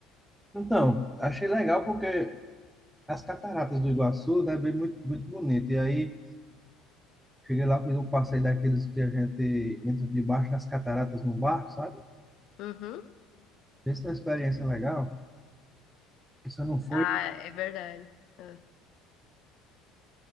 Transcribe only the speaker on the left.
Uhum.
Ah, é verdade. É.